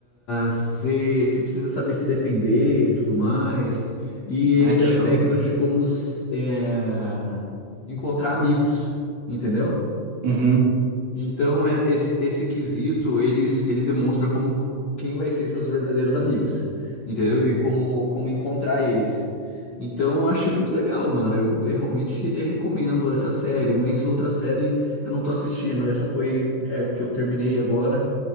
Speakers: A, on the left (about 50°); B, on the right (about 70°).
A: você precisa saber se defender e tudo mais. E esse
B: Ah, que
A: aspecto
B: show.
A: de como s- é, encontrar amigos, entendeu?
B: Uhum.
A: Então, é- esse, esse quesito, eles, eles demonstram como quem vai ser seus verdadeiros amigos, entendeu? E como, como encontrar eles. Então, eu achei muito legal, mano. Eu, eu realmente eh, recomendo essa série, mas outra série eu não tô assistindo. Essa foi é, que eu terminei agora